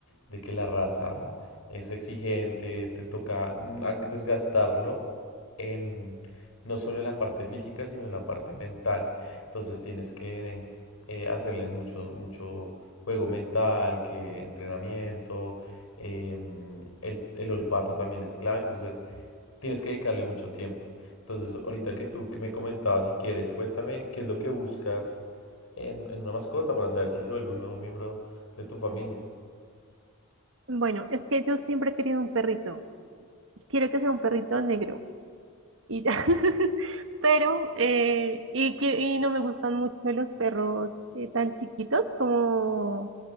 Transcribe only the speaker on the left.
de que la raza es exigente, te toca mm, a- desgastarlo en, no solo en la parte física, sino en la parte mental. Entonces tienes que eh, hacerles mucho, mucho juego mental, que entrenamiento, em, el, el olfato también es clave. Entonces, Tienes que dedicarle mucho tiempo. Entonces, ahorita que tú que me comentabas, si quieres, cuéntame qué es lo que buscas en, en una mascota para saber si se vuelve un nuevo miembro de tu familia.